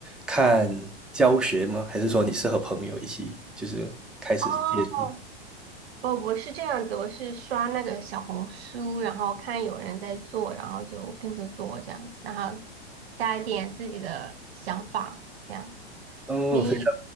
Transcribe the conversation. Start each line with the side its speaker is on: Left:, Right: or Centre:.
Centre: 看教学吗？还是说你是和朋友一起就是开始接触？
Right: 哦，哦，我是这样子，我是刷那个小红书，然后看有人在做，然后就跟着做这样子，然后加一点自己的想法，这样。
Centre: 哦，
Right: 你
Centre: 非常